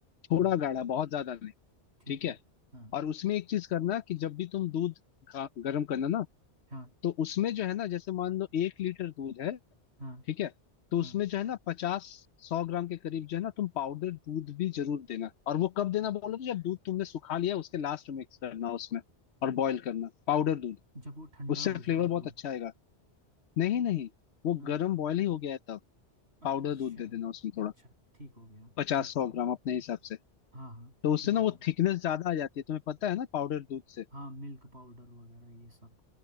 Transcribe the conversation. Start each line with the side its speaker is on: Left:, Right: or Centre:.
Right: हाँ
Left: थोड़ा गाढ़ा बहुत ज्यादा नहीं
Right: ठीक
Left: ठीक
Right: है
Left: है
Right: हाँ
Left: और उसमें एक चीज करना कि जब भी तुम दूध गा- गर्म करना ना
Right: हाँ
Left: तो उसमें जो है ना जैसे मान लो एक लीटर दूध है
Right: हाँ
Left: ठीक है तो
Right: हाँ
Left: उसमें जो है ना पचास सौ ग्राम के करीब जो है ना तुम पाउडर दूध भी जरूर देना और वो कब देना बोलो तो जब दूध तुमने सुखा लिया उसके लास्ट में मिक्स करना उसमें और बॉईल करना पाउडर दूध
Right: जब वो ठंडा
Left: उससे
Right: हो
Left: फ्लेवर
Right: जाए
Left: बहुत
Right: दूध
Left: अच्छा आएगा नहीं नहीं वो
Right: हाँ
Left: गर्म बॉईल ही हो गया है तब
Right: अच्छा
Left: पाउडर दूध दे देना उसमें थोड़ा
Right: अच्छा ठीक हो गया
Left: पचास
Right: ठीक हो
Left: सौ
Right: गया
Left: ग्राम अपने हिसाब से
Right: हाँ हाँ
Left: तो उससे
Right: ठीक हो
Left: ना
Right: गया
Left: वो थिकनेस ज्यादा आ जाती है तुम्हें पता है ना पाउडर दूध से
Right: हाँ मिल्क पाउडर वगैरह ये सब